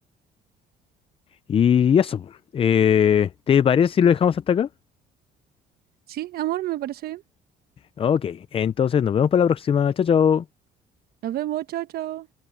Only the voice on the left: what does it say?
Y eso. eh, ¿te parece si lo dejamos hasta acá?
Ok, entonces nos vemos para la próxima. Chao, chao.